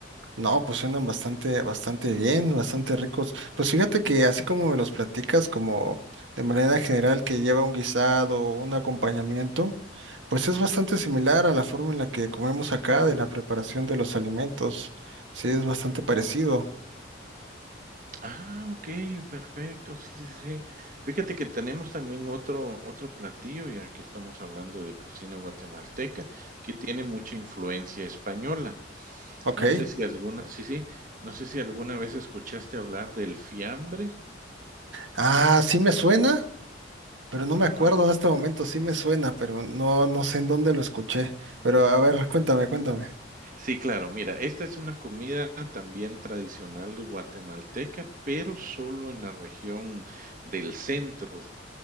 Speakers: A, on the right; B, on the right.
A: No, pues suenan bastante, bastante bien, bastante ricos. Pues fíjate que así como me los platicas, como de manera general que lleva un guisado, un acompañamiento, pues es bastante similar a la forma en la que comemos acá de la preparación de los alimentos. Sí, es bastante parecido.
B: Ah, okey, perfecto. Sí, sí, sí. Fíjate que tenemos también otro otro platillo, ya que estamos hablando de cocina guatemalteca, que tiene mucha influencia española.
A: Ok.
B: No sé si alguna sí, sí, no sé si alguna vez escuchaste hablar del fiambre.
A: Ah, sí me suena, pero no me acuerdo
B: Ah,
A: en este momento. Sí me suena, pero no, no sé en dónde lo escuché. Pero a ver, cuéntame, cuéntame.
B: sí, claro, mira, esta es una comida también tradicional guatemalteca, pero solo en la región del centro.